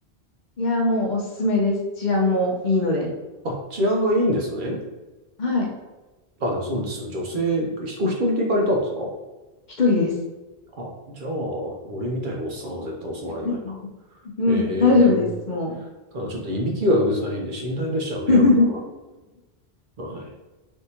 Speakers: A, on the left; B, on the right.
A: いやー、もうおすすめです。治安もいいので。
B: あ。あ、治安がいいんですね。
A: はい。
B: あ、でもそうですよ。女性、ひお一人で行かれたんですか
A: 一人です。
B: あ、じゃあ、俺みたいなおっさんは絶対襲われないな。
A: <laughs> うん、
B: ええ
A: 大丈夫です。も
B: ただちょっといびきがうるさいんで、寝台列車は迷惑だ
A: う。<laughs>
B: な。はい。